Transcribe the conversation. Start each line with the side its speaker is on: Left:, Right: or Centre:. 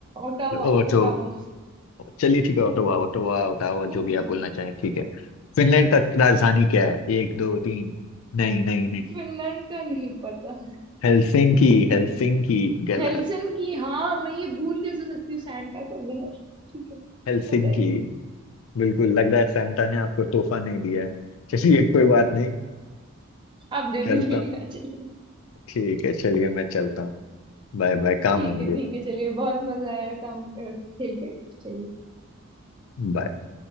Right: Ottawa
Left: ओटो
Right: Ottawa
Left: चलिए ठीक है ओटावा ओटावा ओटावा
Right: Ottawa
Left: जो भी आप बोलना चाहें ठीक है फिनलैंड का राजधानी क्या है एक दो तीन नहीं नहीं नहीं
Right: Finland का नहीं पता
Left: हेलसिंकी हेलसिंकी गलत
Right: हेल्सन की हाँ मैं ये भूल कैसे सकती हूँ सैंटा का घर ठीक है
Left: हेलसिंकी
Right: बताइए
Left: बिल्कुल लग रहा है सैंटा ने आपको तोहफा नहीं दिया है चलिए कोई बात नहीं
Right: <laughs> आप दे
Left: चलता
Right: दीजिएगा
Left: हूँ।
Right: चलिए
Left: ठीक है चलिए मैं चलता हूँ बाय बाय काम
Right: ठीक
Left: है मुझे
Right: है ठीक है चलिए बहुत मजा आया काम अ, खेल के चलिए
Left: Bye.